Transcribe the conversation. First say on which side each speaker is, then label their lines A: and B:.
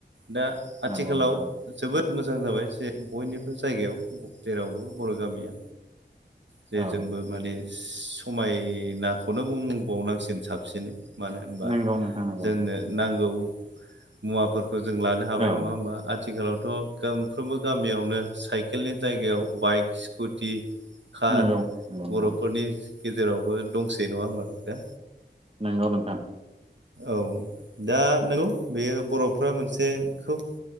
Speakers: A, on the right; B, on the right.
A: दा आथिखालाव
B: नंगौ नोंथां
A: जोबोद मोजां जाबाय जे बयनिबो जायगायाव जेरावबो बर' गामिया जे
B: औ
A: जोंबो माने समायनाखौनो बुंबावनांसिगोन साबसिनै मानो होनबा
B: नंगौ नोंथां नंगौ
A: जोंनो नांगौ मुवाफोरखौ जों लानो हाबाय
B: औ
A: नङा होमबा आथिखालाव थ' गोमफ्रोमबो गामियावनो साइकेलनि जायगायाव बाइक स्कुटि कार
B: नंगौ नंगौ
A: बर'फोरनि
B: नोंथां।
A: गेजेरावबो दंसै नङा होनबाल दा?
B: नंगौ नोंथां।
A: औ दा नंगौ बेयो बर'फ्रा मोनसे खोब